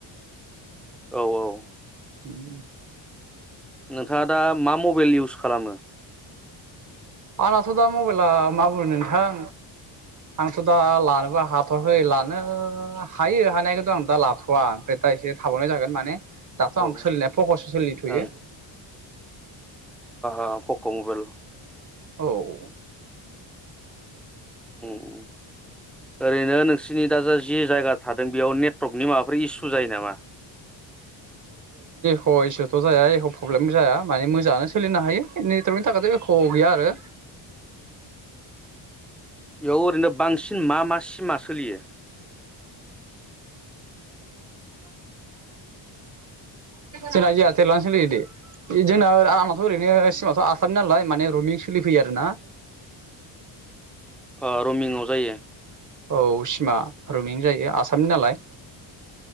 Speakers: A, in the centre; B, on the right (about 40°).
A: औ औ
B: उम
A: नोंथाङा दा मा मबाइल इउस खालामो?
B: आंनाथ दा मबाइला मा बुंनो नोंथां आंथ दा लानोबो हाथवाखै लानो हायो हानायखौथ आं दा लाथवा ओमफ्राय दा एसे थाबावनाय जागोन माने दाथ' आं
A: औ ओं
B: सोलिनाया फकस सोलिथ'यो
A: अ अ पक मबेल।
B: औ <inaudible>
A: उम ओरैनो नोंसोरनि दा जि जायगा थादों बेयाव नेटवर्कनि माबाफोर इसु जायो नामा?
B: अ इसुथ' जाया एख प्रब्लेमबो जाया माने मोजाङानो सोलिनो हायो नेटवर्कनि थाखायथ एख गैया आरो
A: बेयाव ओरैनो बांसिन मा मा सिमा सोलियो?
B: <unintelligible> <unintelligible> जोंना एयारतेलानो सोलियो दे जोंना आंनाथ ओरैनो <unintelligible> आसामनि नालाय माने रमिं सोलि फैयो आरोना।
A: ओ रमिंल' जायो।
B: औ सिमा रमिं जायो आसामनि नालाय।